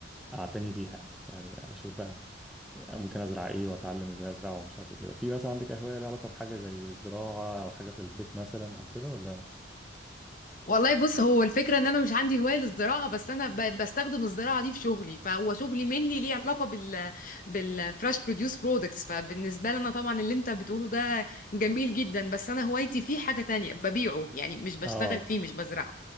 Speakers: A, in the centre; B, on the left.
A: أعتني بيها يعني يعني أشوف بقى ممكن أزرع إيه وأتعلم إزاي أزرع ومش عارف إيه كده في مثلا عندك هواية ليها علاقة بحاجة زي الزراعة أو حاجة في البيت مثلا أو كده ولا
B: والله بص هو الفكرة ان انا مش عندي هواية للزراعة بس انا ب- بستخدم الزراعة دي في شغلي فهو شغلي mainly ليه علاقة بال بالفريش بروديوس برودكتس فبالنسبة لي انا طبعا اللي انت بتقوله ده جميل جدا بس انا هوايتي فيه حاجة تانية ببيعه يعني مش بشتغل
A: آه
B: فيه مش بزرعه